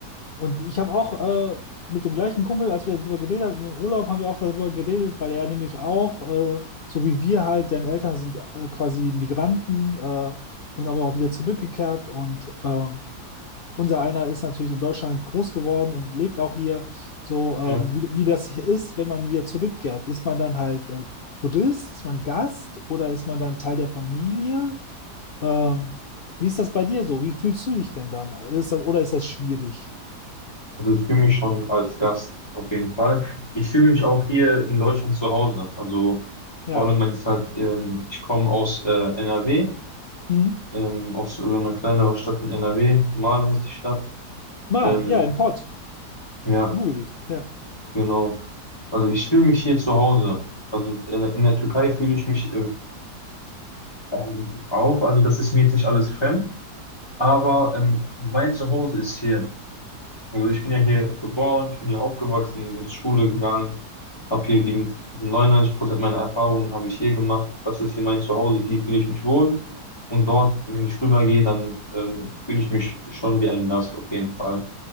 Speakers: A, on the left; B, on the left.
A: und ich habe auch äh, mit dem gleichen Kumpel, als wir darüber geredet haben, im Urlaub haben wir auch darüber geredet, weil er nämlich auch, äh, so wie wir halt, deren Eltern sind äh, quasi Migranten äh, und aber auch wieder zurückgekehrt. Und ähm, unser einer ist natürlich in Deutschland groß geworden und lebt auch hier. So ähm,
B: Ja.
A: wie, wie das ist, wenn man wieder zurückkehrt. Ist man dann halt äh, Tourist, ist man Gast oder ist man dann Teil der Familie? Ähm, wie ist das bei dir so? Wie fühlst du dich denn dann? Ist das, oder ist das schwierig?
B: Also ich fühle mich schon als Gast auf jeden Fall. Ich fühle mich auch hier in Deutschland zu Hause. Also
A: Ja.
B: vor allem, wenn es halt, ähm, ich komme aus äh, NRW,
A: Hm?
B: ähm, aus so einer kleineren Stadt in NRW, Mahl heißt die Stadt.
A: Mal,
B: Ähm,
A: ja, im Pott,
B: ja,
A: im Ruhrgebiet, ja.
B: Genau. Also ich fühle mich hier zu Hause. Also in, in der Türkei fühle ich mich äh, ähm, auch. Also das ist mir jetzt nicht alles fremd, aber ähm, mein Zuhause ist hier. Also ich bin ja hier geboren, ich bin hier aufgewachsen, bin zur Schule gegangen, habe hier die 99 Prozent meiner Erfahrungen habe ich hier gemacht. Das ist hier mein Zuhause, hier fühle ich mich wohl. Und dort, wenn ich rübergehe, dann ähm, fühle ich mich schon wie ein Gast auf jeden Fall.